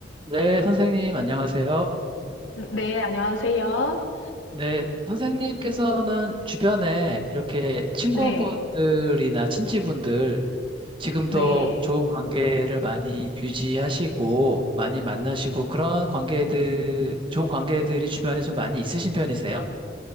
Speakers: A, on the right; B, on the left.
A: 네, 선생님, 안녕하세요.
B: 네, 안녕하세요.
A: 네, 선생님께서는 주변에 이렇게 친구분들이나
B: 네,
A: 친지분들, 지금도
B: 네,
A: 좋은 관계를 많이 유지하시고, 많이 만나시고, 그런 관계들, 좋은 관계들이 주변에 좀 많이 있으신 편이세요?